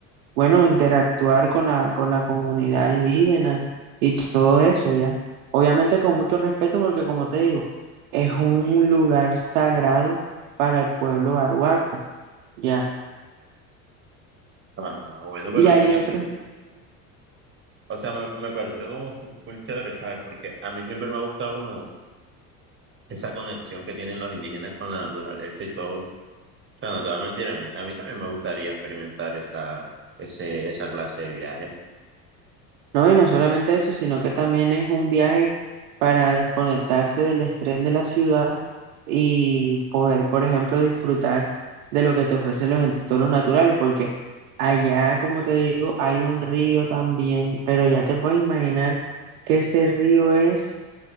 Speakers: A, on the right (about 80°); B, on the right (about 25°).
A: bueno, interactuar con la, con la comunidad indígena y todo eso, ¿ya? Obviamente con mucho respeto, porque como te digo, es un lugar sagrado para el pueblo arhuaco, ¿ya?
B: Ah, bueno, pero
A: Y hay
B: sí,
A: otros.
B: sí. O sea, me, me pareció como fu- full chévere, ¿sabes? Porque a mí siempre me ha gustado como esa conexión que tienen los indígenas con la naturaleza y todo. O sea, no te voy a mentir, a mí, a mí también me gustaría experimentar esa, ese, esa clase de viaje.
A: No, y no solamente eso, sino que también es un viaje para desconectarse del estrés de la ciudad y poder, por ejemplo, disfrutar de lo que te ofrecen los entornos naturales, porque allá, como te digo, hay un río también, pero ya te puedes imaginar que ese río es,